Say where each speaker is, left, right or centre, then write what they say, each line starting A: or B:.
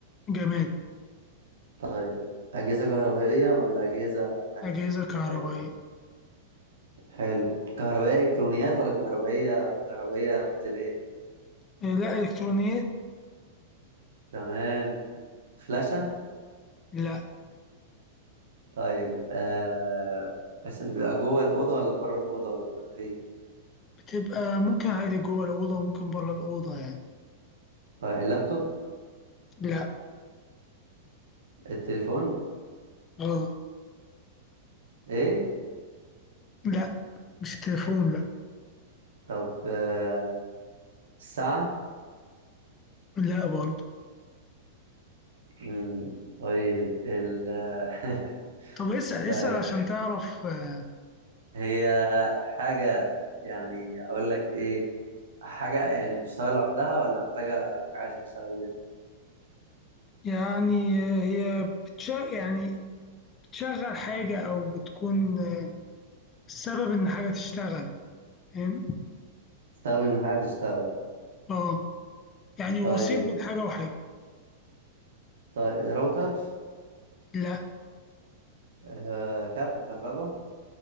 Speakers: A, on the left; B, on the right.
A: جماد
B: طيب اجهزه كهربائيه ولا اجهزه تانية
A: أجهزة كهربائية
B: طيب، حلو كهربائيه الكترونيات ولا كهربائيه كهربائيه منزليه
A: آه، لا إلكترونيات
B: تمام فلاشه
A: لا
B: طيب آه أس- بيبقى جوه الأوضة ولا بره الأوضة ولا بتبقى فين؟
A: بتبقى ممكن عادي جوه الأوضة وممكن بره الأوضة يعني
B: طيب اللابتوب
A: لا
B: التليفون
A: غلط
B: ايه
A: لا مش تليفون لا
B: طب آه، الساعة
A: لا برضه
B: مم، طيب ال <laughs>
A: طب اسأل
B: طيب
A: اسأل عشان تعرف آه،
B: هي حاجة يعني اقول لك ايه حاجة يعني بتشتغل لوحدها ولا محتاجة حاجة عشان تشتغل بيها
A: يعني آه، هي بتشغل يعني بتشغل حاجة أو بتكون آه، السبب إن حاجة تشتغل فاهم؟
B: بتستخدم ان حاجة تشتغل
A: اه يعني
B: طيب
A: وسيط بين حاجة وحاجة
B: طيب راوتر
A: لا
B: آه كابل كهرباء